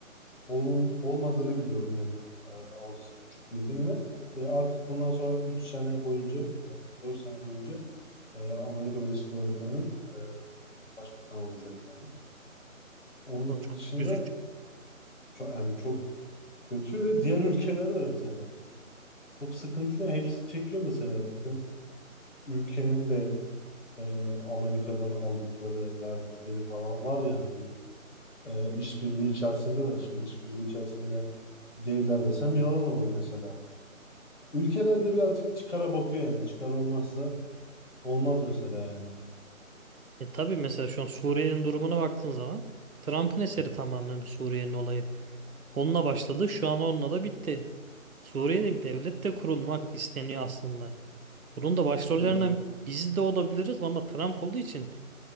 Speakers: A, on the left; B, on the right.
A: olun, olmadığını biliyorum yani e, az buçuk bilgimle. Ve artık bundan sonra 3 sene boyunca, e, 4 sene boyunca e, Amerika Birleşik Devletleri'nin e, başbakanı olacak yani. Onun
B: O çok
A: dışında
B: üzücü.
A: çok, yani çok kötü ve diğer ülkelerde de mesela çok sıkıntılı. Hepsi çekiyor mesela bizim ülkenin de e, Amerika'dan aldıkları, verdikleri falan var yani bir e, işbirliği içerisindeler. Şimdi işbirliği içerisinde değiller desem yalan olur mesela. Ülkelerde birazcık çıkara bakıyor yani. Çıkar olmazsa olmaz mesela yani.
B: E tabii mesela şu an Suriye'nin durumuna baktığın zaman Trump'ın eseri tamamen bu Suriye'nin olayı. Onunla başladı, şu an onunla da bitti. Suriye'de bir devlet de kurulmak isteniyor aslında. Bunun da başrollerinden
A: Evet
B: biz de olabiliriz ama Trump olduğu için